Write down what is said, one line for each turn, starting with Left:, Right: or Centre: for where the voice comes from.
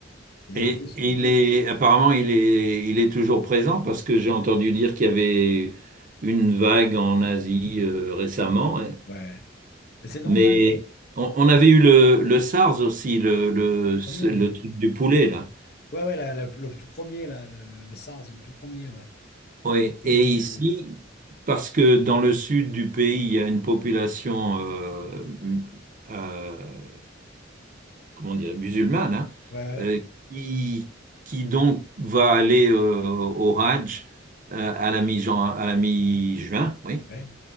Left: il
Right: Et
Left: y a des virus,
Right: il est apparemment il est il est toujours présent parce que j'ai entendu dire qu'il y avait une vague en Asie euh, récemment. ouais.
Left: ouais. Mais c'est normal,
Right: Mais on, on avait eu le, le SARS aussi, le, le,
Left: le premier,
Right: le
Left: ouais.
Right: truc du poulet là.
Left: Ouais, ouais, la- la- le tout premier, la- le, le- le SARS, le tout premier, ouais.
Right: Oui. Et
Left: Il y avait
Right: ici,
Left: eu.
Right: parce que dans le sud du pays, il y a une population euh, euh, comment dire, musulmane, hein,
Left: Ouais, ouais, ouais,
Right: euh, qui, qui donc va aller euh, au Hajj euh, à la mi-juin, à la mi-juin, oui.
Left: ouais.